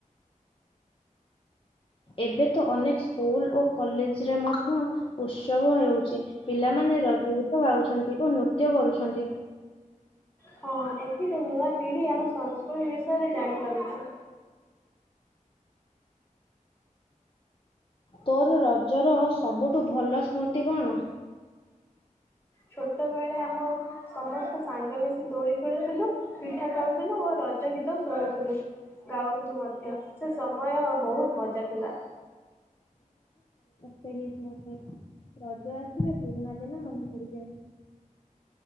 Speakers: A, on the left; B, on the left.
A: ଏବେ ତ ଅନେକ ସ୍କୁଲ୍ ଓ କଲେଜରେ ମଧ୍ୟ ଉତ୍ସବ ହେଉଛି ପିଲାମାନେ ରଜ ଗୀତ ଗାଉଛନ୍ତି ଓ ନୃତ୍ୟ କରୁଛନ୍ତି।
B: ହଁ ଏଥିରେ ନୂଆ ପିଢ଼ି ଆମ ସଂସ୍କୃତି ବିଷୟରେ ଜାଣିପାରୁଛୁ।
A: ତୋର ରଜର ସବୁଠୁ ଭଲ ସ୍ମୃତି କଣ?
B: ଛୋଟବେଳେ ଆମ ସମସ୍ତ ସାଙ୍ଗ ମିଶି ଦୋଳି ଖେଳୁଥିଲୁ ପିଠା ଖାଉଥିଲୁ ଓ ରଜ ନାଚ ଗୀତ ଶୁଣୁଥିଲୁ ଗାଉଥିଲୁ ମଧ୍ୟ ସେ ସମୟ ବହୁତ୍ ମଜା ଥିଲା।
A: <unintelligible> ମତେ ରଜ ଆସିଲେ ପୁରୁଣା ଦିନ ମନେ ପଡ଼ିଯାଏ।